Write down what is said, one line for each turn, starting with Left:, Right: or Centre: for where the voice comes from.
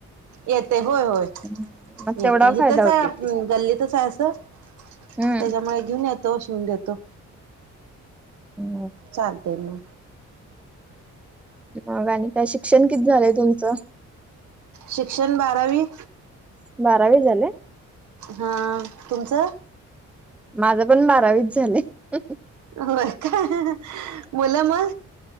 Right: येते होय होय
Centre: हम्म मग तेवढा
Right: येते हिथच
Centre: फायदा होतोय
Right: हाय आप
Centre: की.
Right: गल्लीतच हाय असं
Centre: हम्म.
Right: त्याच्यामुळे घेऊन येतो शिवून देतो
Centre: हम्म
Right: चालते म.
Centre: मग आणि काय शिक्षण कित झालंय तुमचं?
Right: शिक्षण बारावी
Centre: बारावी झाले.
Right: हा तुमचं?
Centre: माझं पण बारावीच झालेय.
Right: होय का मुलं म?